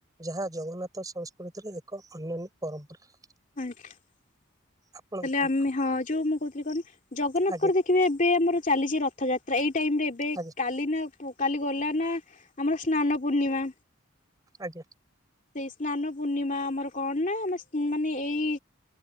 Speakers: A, on the right; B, on the left.
A: ଯାହା ଜଗନ୍ନାଥ ସଂସ୍କୃତିର ଏକ ଅନ୍ୟାନ୍ୟ ପରମ୍ପରା।
B: ଆଜ୍ଞା ତାହେଲେ
A: ଆପଣ କୁହନ୍ତୁ?
B: ଆମେ ହଁ ଯୋଉ ମୁଁ କହୁଥିଲି କଣ ଜଗନ୍ନାଥଙ୍କର
A: ଆଜ୍ଞା
B: ଦେଖିବେ ଏବେ ଆମର ଚାଲିଛି ରଥଯାତ୍ରା ଏଇ ଟାଇମ୍ ରେ ଏବେ
A: ଆଜ୍ଞା
B: କାଲି ନା ପୁ-କାଲି ଗଲେ ନା ଆମର ସ୍ନାନ ପୂର୍ଣ୍ଣିମା।
A: ଆଜ୍ଞା।
B: ସେଇ ସ୍ନାନ ପୂର୍ଣ୍ଣିମା ଆମର କଣ ନା ଆମେ ଉଁ, ମାନେ ଏଇ